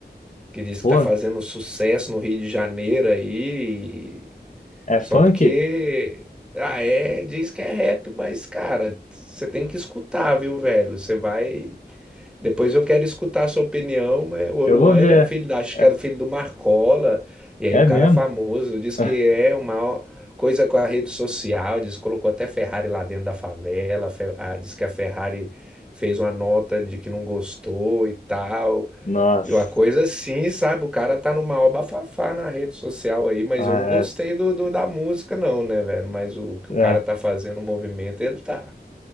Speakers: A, in the centre; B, on the left.
A: que diz
B: Pô,
A: que tá fazendo sucesso no Rio de Janeiro aí.
B: é
A: Só
B: funk?
A: porque. Ah, é, diz que é rap, mas, cara, você tem que escutar, viu, velho? Você vai. Depois eu quero escutar a sua opinião, mas o Oruan,
B: Eu vou ver.
A: ele é filho, acho
B: É,
A: que era filho do Marcola, e aí
B: é
A: o cara
B: mesmo?
A: famoso diz
B: <laughs>
A: que é uma coisa com a rede social, diz que colocou até Ferrari lá dentro da favela, Fe- ah, diz que a Ferrari fez uma nota de que não gostou e tal.
B: Nossa.
A: E uma coisa assim, sabe? O cara tá numa maior bafafá na rede social aí, mas
B: Ah,
A: eu não gostei do, do- da música, não, né, velho? Mas o que
B: é,
A: o cara
B: é.
A: tá fazendo, o movimento, ele tá.